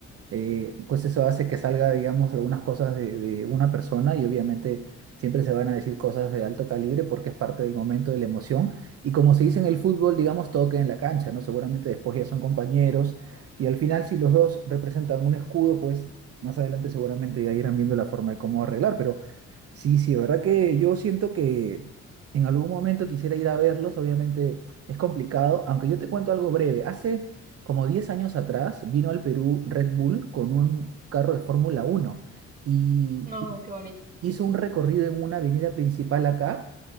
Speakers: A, on the right (about 50°); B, on the right (about 30°).
A: eh, pues eso hace que salga, digamos, algunas cosas de, de una persona y obviamente siempre se van a decir cosas de alto calibre porque es parte del momento, de la emoción. Y como se dice en el fútbol, digamos, todo queda en la cancha, ¿no? Seguramente después ya son compañeros y al final si los dos representan un escudo, pues más adelante seguramente ya irán viendo la forma de cómo arreglar, pero... Sí, sí, verdad que yo siento que en algún momento quisiera ir a verlos, obviamente es complicado, aunque yo te cuento algo breve. Hace como 10 años atrás vino al Perú Red Bull con un carro de Fórmula uno y
B: No, qué bonito.
A: hizo un recorrido en una avenida principal acá